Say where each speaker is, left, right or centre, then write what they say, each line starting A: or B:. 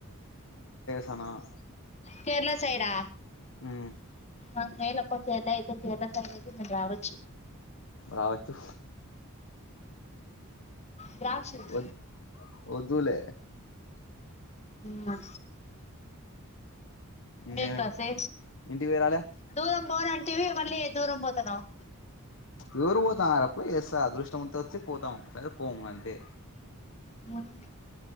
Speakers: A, on the left; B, on the left.
A: తన
B: కేరళ సైడా
A: మ్మ్
B: అ మేలప్ప సేయిల్ కేరళ సైడ్ అయితే నేను రావచ్చు
A: రావచ్చు
B: ద్రాక్షస్
A: వద్ వద్దులే
B: మ్
A: ఇంకేమి
B: వేకాసే
A: ఇంటికి పోయి రాలే
B: దూరం బో మళ్ళీ దూరం పోతున్నావ్
A: యోరు పోతాన్నారు పోయిస్సే అదృష్టం వంతు వచ్చి పోతం లేదా పోము అంతే
B: ము